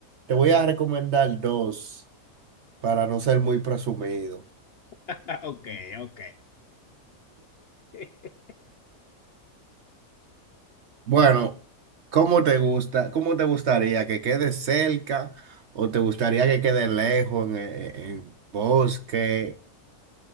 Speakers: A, on the right; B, on the left.
A: Te voy a recomendar dos para no ser muy presumido.
B: Ah, Ok, ok. <laughs>
A: Bueno, ¿cómo te gusta? ¿Cómo te gustaría que quede cerca o te gustaría que quede lejos en, en- en bosque?